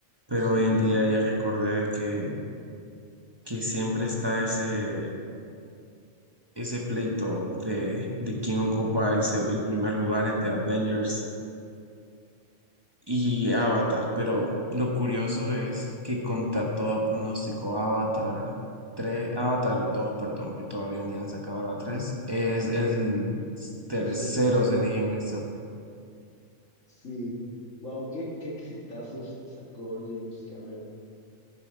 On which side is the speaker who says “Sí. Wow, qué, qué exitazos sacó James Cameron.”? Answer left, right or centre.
Left